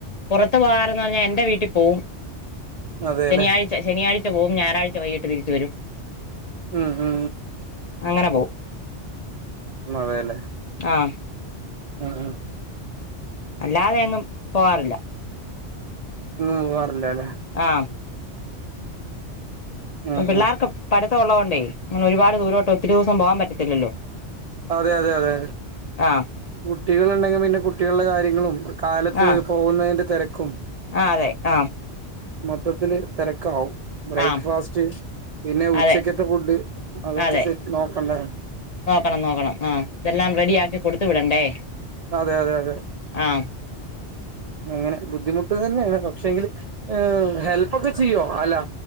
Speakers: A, on the left (about 45°); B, on the right (about 75°).
A: പുറത്ത് പോകാറെന്ന് പറഞ്ഞാൽ എന്റെ വീട്ടിൽ പോവും
B: അതെല്ലേ
A: ശനിയാ ശനിയാഴ്ച പോവും ഞായറാഴ്ച വൈകിട്ട് തിരിച്ച് വരും.
B: ഉം ഉം
A: അങ്ങനെ പോവും
B: മതേല്ലേ
A: ആഹ്
B: അഹ് ആഹ്
A: അല്ലാതെ എങ്ങും പോവാറില്ല
B: ഉം ഉവാറ്ല്ലലെ
A: ആഹ്
B: ഉം
A: പിള്ളേർക്ക്
B: ഉം
A: പഠ്ത്തം ഉള്ളതുകൊണ്ടേ അങ്ങനെ ഒരുപാട് ദൂരോട്ട് ഒത്തിരി ദിവസം പോകാൻ പറ്റത്തില്ലല്ലോ
B: അതെ അതെ അതെ
A: ആഹ്
B: കുട്ടികൾ ഉണ്ടെങ്കിൽ പിന്നെ കുട്ടികളുടെ കാര്യങ്ങളും കാലത്ത്
A: ആഹ്
B: പോകുന്നതിന്റെ തിരക്കും
A: ആഹ് അതെ ആ
B: മൊത്തത്തില് തിരക്ക് ആവും ബ്രേക്ക്ഫാസ്റ്റ്
A: ആഹ്
B: പിന്നെ ഉച്ചക്കത്തെ
A: അതെ
B: ഫുഡ് അതൊക്കെ
A: അതെ
B: സെറ്റ് നോക്കണ്ടേ
A: നോക്കണം നോക്കണം ആ ഇതെല്ലാം റെഡി ആക്കി കൊടുത്തു വിടണ്ടേ
B: അതെ അതെ അതെ
A: ആ
B: അങ്ങനെ ബുദ്ധിമുട്ട് തന്നെയാണ് പക്ഷെ എങ്കിൽ ഹെൽപ് ഒക്കെ ചെയ്യോ അല്ലെ